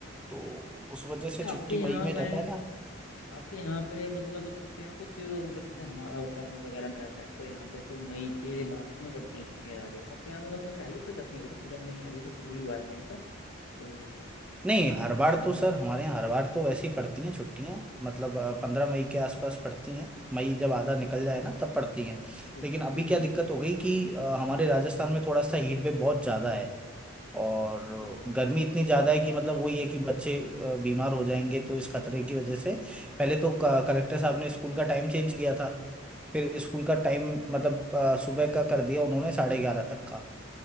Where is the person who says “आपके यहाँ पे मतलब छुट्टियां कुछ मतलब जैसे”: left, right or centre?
Left